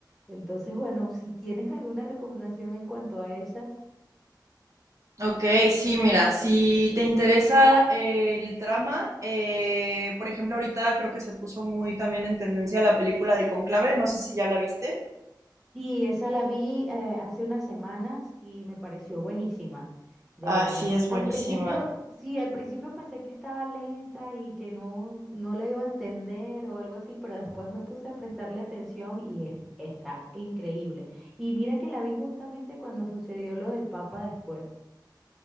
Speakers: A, in the centre; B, on the right.
A: Entonces, bueno, si tienes alguna recomendación en cuanto a esas.
B: Ok, sí, mira, si te interesa eh, el drama, eh, por ejemplo, ahorita creo que se puso muy también en tendencia la película de Conclave, no sé si ya la viste.
A: Y esa la vi eh, hace unas semanas y me pareció buenísima, de
B: Ah,
A: verdad.
B: sí, es
A: Al
B: buenísima.
A: principio, sí, al principio pensé que estaba lenta y que no, no la iba a entender o algo así, pero después me puse a prestarle atención y es- está increíble. Y mira que la vi justamente cuando sucedió lo del Papa después.